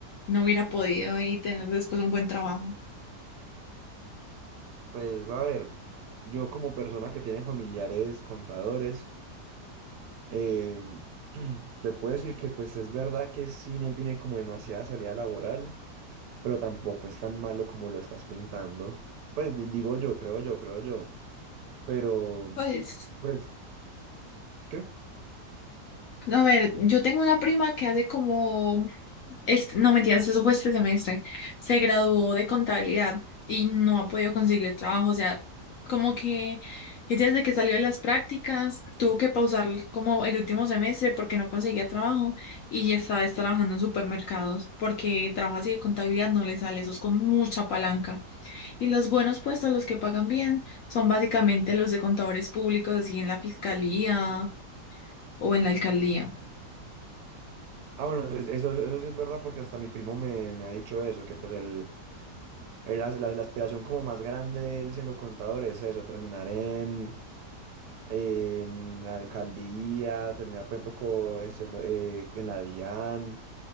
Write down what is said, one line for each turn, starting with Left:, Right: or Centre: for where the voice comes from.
Left: no hubiera podido y tener después un buen trabajo.
Right: Pues, a ver, yo como persona que tiene familiares contadores, em, <clears throat> te puedo decir que, pues, es verdad que sí no tiene como demasiada salida laboral. pero tampoco es tan malo como lo estás pintando. Pues di- digo yo, creo yo, creo yo. Pero,
Left: Pues
Right: pues, ¿qué?
Left: No, A ver, yo tengo una prima que hace como, este, no mentiras, eso fue este semestre, se graduó de contabilidad y no ha podido conseguir trabajo, o sea, como que ella desde que salió de las prácticas tuvo que pausar como el último semestre porque no conseguía trabajo y ya estaba es trabajando en supermercados porque trabajo así de contabilidad no le sale, eso es con mucha palanca. Y los buenos puestos, los que pagan bien, son básicamente los de contadores públicos, así en la fiscalía o en la alcaldía.
Right: Ah, bueno, es- eso, eso sí es verdad porque hasta mi primo me, me ha dicho eso, que pues el, el- la, la- la aspiración como más grande de él siendo contador es eso, terminar en, en la alcaldía, terminar, por ejemplo, co- siendo, eh, en la DIAN.